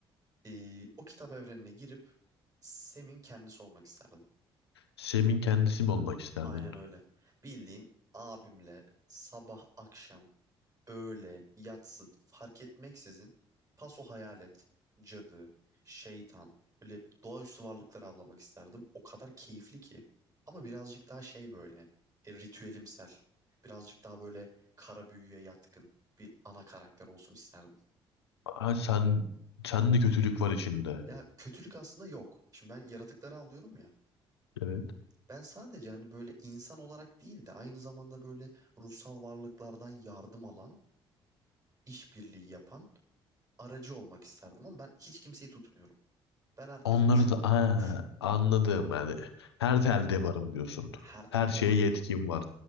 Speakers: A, on the right; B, on the left.
A: Ee, o kitap evrenine girip Sem'in kendisi olmak isterdim.
B: Sem'in kendisi mi olmak isterdin?
A: Aynen öyle. Bildiğin abimle sabah akşam öğle yatsı fark etmeksizin paso hayalet, cadı, şeytan böyle doğaüstü varlıkları avlamak isterdim. O kadar keyifli ki. Ama birazcık daha şey böyle e, ritüelimsel. Birazcık daha böyle kara büyüye yatkın bir ana karakter olsun isterdim.
B: Ha, sen sen de kötülük var içinde.
A: Ya kötülük aslında yok. Şimdi ben yaratıkları avlıyorum ya.
B: Evet.
A: Ben sadece hani böyle insan olarak değil de aynı zamanda böyle ruhsal varlıklardan yardım alan, işbirliği yapan aracı olmak isterdim ama ben hiç kimseyi tutmuyorum. Ben herkese
B: Onları
A: düşmanım
B: da ha,
A: gibi düşün.
B: anladım yani. Her telde varım diyorsun.
A: Her telle
B: Her şeye
A: varım.
B: yetkim var.